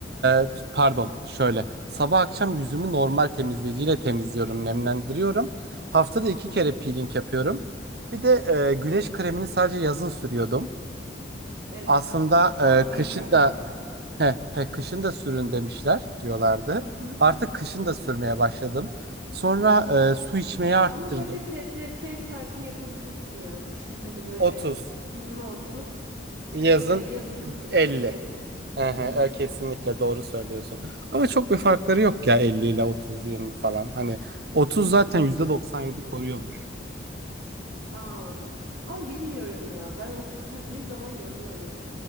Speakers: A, on the right; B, on the right.
A: e, pardon şöyle sabah akşam yüzümü normal temizleyiciyle temizliyorum, nemlendiriyorum. Haftada iki kere peeling yapıyorum. Bir de e, güneş kremini sadece yazın sürüyordum.
B: Evet.
A: Aslında
B: E, aa,
A: e,
B: büyük
A: kışın
B: hata.
A: da He, he, kışın da sürün demişler diyorlardı.
B: Hı hı.
A: Artık kışın da sürmeye başladım. Sonra e, su içmeyi arttırdım.
B: Ama böyle SPF farkı yapabilirsin yani. Kışın hani böyle
A: 30.
B: 20-30
A: Yazın
B: işte yazın
A: 50.
B: 50.
A: Ehe,
B: Hı hı.
A: e, kesinlikle doğru söylüyorsun. Ama çok bir farkları yok ya 50 ile 30, 20 falan. Hani 30 zaten %97 koruyormuş.
B: Aa. Ama bilmiyorum ya. Ben 30 sürdüğüm zaman yanıyorum.